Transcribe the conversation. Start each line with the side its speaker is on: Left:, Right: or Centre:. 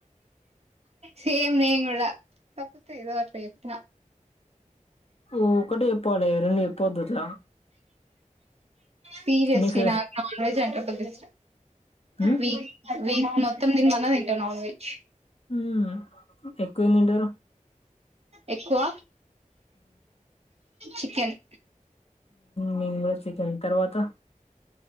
Right: సేమ్ నేను కూడా కాకపోతే ఏదో అట్లా చెప్తా
Left: ఓ ఒక్కటే చెప్పలి రెండు చెప్పొద్దు అట్లా
Right: సీరియస్లీ
Left: మీ ఫే
Right: నాకు నాన్ వెజ్ <unintelligible>
Left: ఉమ్
Right: వీక్ వీక్ మొత్తం దీని అన్నది ఏంటో నాన్ వెజ్
Left: ఉ ఎక్కువేం తింటారు
Right: ఎక్కువ చికెన్
Left: మేం కూడ చికెన్ తర్వాత